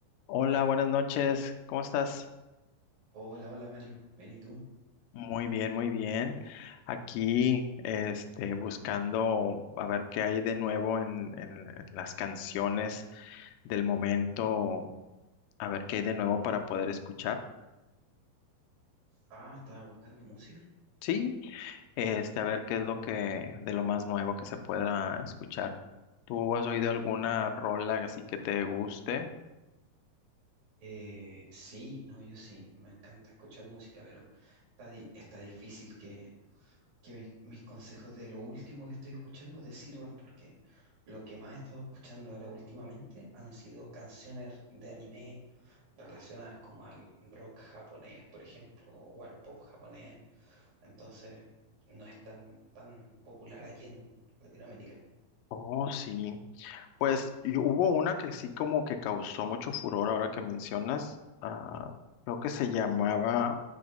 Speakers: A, on the left; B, on the right.
A: Hola, buenas noches. ¿Cómo estás?
B: Hola, hola Mario, ¿bien y tú?
A: Muy bien, muy bien. Aquí, este, buscando a ver qué hay de nuevo en, en- en las canciones del momento, a ver qué hay de nuevo para poder escuchar.
B: Ah, ¿estabas buscando música?
A: Sí, este, a ver qué es lo que, de lo más nuevo que se pueda escuchar. ¿Tú has oído alguna rola así que te guste?
B: Eh, sí, no, yo sí, me encanta escuchar música, pero está, di- está difícil que, que mis, mis consejos de lo último que estoy escuchando te sirvan porque lo que más he estado escuchando ahora últimamente han sido canciones de anime relacionadas como al rock japonés, por ejemplo, o al pop japonés, entonces no es tan, tan popular aquí en Latinoamérica.
A: Oh, sí. Pues y hubo una que sí como que causó mucho furor ahora que mencionas, ah, creo que se llamaba,